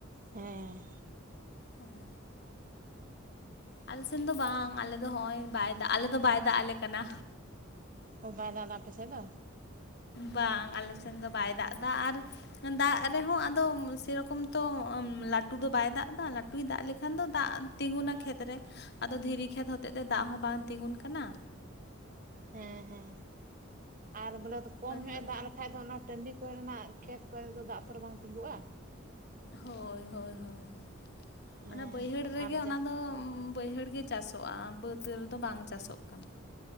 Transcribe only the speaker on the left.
ᱚᱸ ᱟᱞᱮ ᱥᱮᱱ ᱫᱚ ᱵᱟᱝ ᱟᱞᱮ ᱫᱚ ᱦᱚᱜᱼᱚᱭ ᱵᱟᱭ ᱫᱟᱜ ᱟᱞᱮ ᱫᱚ ᱵᱟᱭ ᱫᱟᱜ ᱟᱞᱮ ᱠᱟᱱᱟ᱾
ᱵᱟᱝ ᱟᱞᱮ ᱥᱮᱱ ᱫᱚ ᱵᱟᱭ ᱫᱟᱜ ᱫᱟ ᱟᱨᱼᱼ ᱫᱟᱜ ᱨᱮᱦᱚᱸ ᱟᱫᱚ ᱥᱮᱨᱚᱠᱚᱢ ᱛᱚ ᱞᱟᱹᱴᱩ ᱫᱚ ᱵᱟᱭ ᱫᱟᱜ ᱫᱟ ᱞᱟᱹᱴᱩᱭ ᱫᱟᱜ ᱞᱮᱠᱷᱟᱱ ᱫᱚ ᱫᱟᱜᱼᱼ ᱛᱤᱸᱜᱩᱱᱟ ᱠᱷᱮᱛ ᱨᱮ ᱟᱫᱚ ᱫᱷᱤᱨᱤ ᱠᱷᱮᱛ ᱦᱚᱛᱮᱜ ᱛᱮ ᱫᱟᱜ ᱦᱚᱸ ᱵᱟᱝ ᱛᱤᱸᱜᱩᱱ ᱠᱟᱱᱟ᱾
ᱦᱚᱭᱛᱳ
ᱦᱳᱭ ᱦᱳᱭ ᱦᱳᱭ ᱦᱳᱭ
ᱚᱱᱟ ᱵᱟᱹᱭᱦᱟᱹᱲ ᱨᱮᱜᱮ
ᱚᱱᱟ ᱫᱚᱼᱼ ᱵᱟᱹᱭᱦᱟᱹᱲ ᱜᱮ ᱪᱟᱥᱚᱜᱼᱟ ᱵᱟᱹᱫ ᱨᱮᱫᱚ ᱵᱟᱝ ᱪᱟᱥᱚᱜ ᱠᱟᱱᱟ᱾